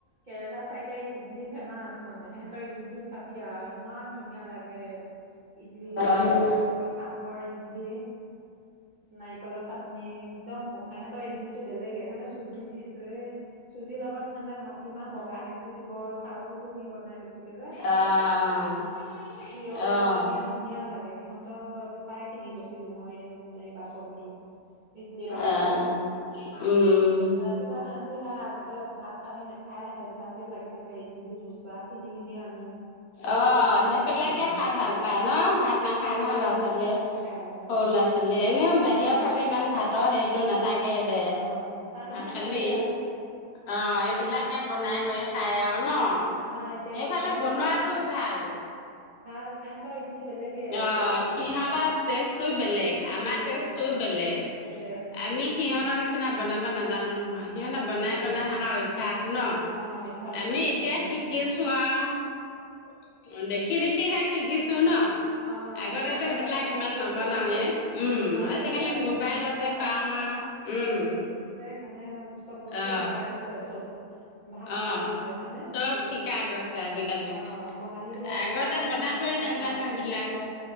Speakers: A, on the right (about 45°); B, on the left (about 80°).
A: কেৰেলা, চাইডে ইডলি ফেমাচ। মানে, সিহঁতৰ ইডলি খাবি আৰু, ইমান ধুনীয়া লাগে। ইডলি
B: অ',
A: আকৌ চাম্বৰ দিয়ে নাৰিকলৰ চাট একদম বসাইহঁতৰ ইদলি টো বেলেগে। সিহঁতে চুজি দি, এ চুজিৰ লগত সিহঁতে মাটিমাহ, বগা সেইটো দিব, চাউল টো দি বনাই বেছি কি বুলি কয়,
B: অ',
A: পিয়ৰ
B: অ',
A: একদম ধুনীয়া লাগে, সিহঁতৰ পাই কিনি লৈছিলোঁ। মই সেই বাচনটো, ইডলি বাচনটো,
B: অ', উম।
A: ৰাতিপুৱা সিহঁতি সেই আগতে ভাত পানী নাখাই, সেই বিলাকে লাগি থাকে ইডলি ধোচা কিনি কিনি আনোঁ।
B: অ' সেইবিলাকে
A: বোলো
B: খাই ভাল পায় ন? ভাত নাখায়
A: সেইবিলাকে
B: নহয় ল'ৰা ছোৱালীয়ে,
A: ভাত নাখায় উম
B: সৰু ল'ৰা ছোৱালী খালি এনেও
A: সৰু
B: বাহিৰৰ
A: ল'ৰা ছোৱালীয়ে
B: ফালে ইমান ভাতৰ হেৰিটো নাথাকে দে,
A: অ তাৰমানে
B: খালি
A: সিহঁতে ৰাতি
B: অঁ
A: অ
B: এইবিলাকে বনাই কৰি খায় আৰু ন?
A: আমাৰ এতিয়া
B: সেইফালে
A: স্কুলত
B: বনোৱাটো
A: হয়
B: ভাল
A: ভাল সিহঁতৰ ইডলি বেলেগে
B: অ
A: টেষ্ট
B: সিহতৰ
A: আহে
B: টেষ্টটো বেলেগ আমাৰ
A: বেলেগ
B: টেষ্টটো বেলেগ
A: বেলেগ উম
B: আমি সিহতৰ নিচিনা বনাব নাজানো ৷ নে
A: নাজানোগৈ
B: বনাই-বনাই
A: মানে
B: থকা অভ্যাস ন
A: অ অভ্যাস
B: আমি
A: হৈ গ'ল
B: এতিয়া
A: মানে সিহঁতৰ
B: শিকিচো আও ৷ অ দেখি দেখিহে শিকিছ চু ন
A: অ
B: আগতেতো
A: এতিয়া মোবাইলত
B: এইবিলাক
A: আহি
B: ইমান
A: গ'ল
B: নবনাওৱে
A: যে
B: উম
A: আগতে
B: আজিকালি
A: মোবাইলটো
B: মোবাইলতে
A: নাছিলে
B: পাও আউ উম
A: সেইকাণে ৷ চব বস্তু
B: অ
A: শিকা গৈছে চব ভাষা
B: অ
A: মানুহ হয় হয়নে
B: চব
A: চ
B: শিকা গৈছে আজিকালি
A: অহ বঙালী বিলাকৰ
B: আগতে বনাবই
A: খানা
B: নাজানো
A: মাৰাঠ
B: এইবিলাক
A: বিলাকৰ